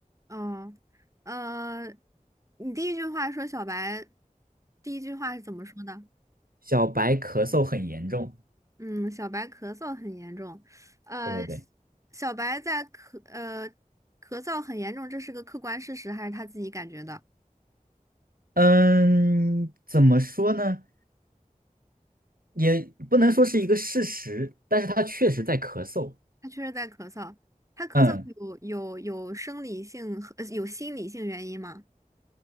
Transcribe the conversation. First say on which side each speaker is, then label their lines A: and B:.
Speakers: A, on the right; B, on the right.
A: 嗯，嗯，你第一句话说小白，第一句话是怎么说的？
B: 小白咳嗽很严重，
A: 嗯，小白咳嗽很严重，呃，
B: 对对对。
A: 小白在咳呃咳嗽很严重，这是个客观事实还是他自己感觉的？
B: 嗯，怎么说呢？也不能说是一个事实，但是他确实在咳嗽。
A: 他确实在咳嗽，他咳嗽有有有生理性和呃有心理性原因吗？
B: 嗯